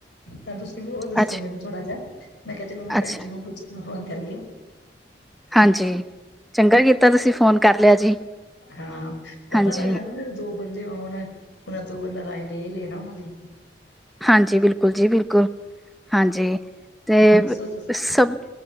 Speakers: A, on the left; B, in the centre.
A: ਤਾਂ ਤੁਸੀਂ ਵੀ ਉਹ ਦੱਸੋ
B: ਅੱਛਾ
A: ਮੈਨੂੰ ਥੋੜਾ ਜਿਹਾ, ਮੈਂ ਕਿਹਾ ਚਲੋ
B: ਅੱਛਾ
A: ਭੈਣ ਜੀ ਨੂੰ ਪੁੱਛ ਫੋਨ ਕਰਿਏ।
B: ਹਾਂਜੀ। ਚੰਗਾ ਕੀਤਾ ਤੁਸੀਂ ਫੋਨ ਕਰ ਲਿਆ ਜੀ।
A: ਹਾਂ। ਪਤਾ
B: ਹਾਂਜੀ
A: ਲੱਗ ਜਾਂਦਾ ਨਾ, ਦੋ ਬੰਦੇ ਹੋਣ, ਉਹਨਾਂ ਤੋਂ ਬੰਦਾ ਰਾਏ ਲੈ ਲਏ ਨਾ ਉਹਨਾਂ ਦੀ।
B: ਹਾਂਜੀ। ਬਿਲਕੁਲ ਜੀ, ਬਿਲਕੁਲ। ਹਾਂਜੀ ਤੇ
A: ਦੱਸੋ ਤੁਸੀਂ
B: ਸਭ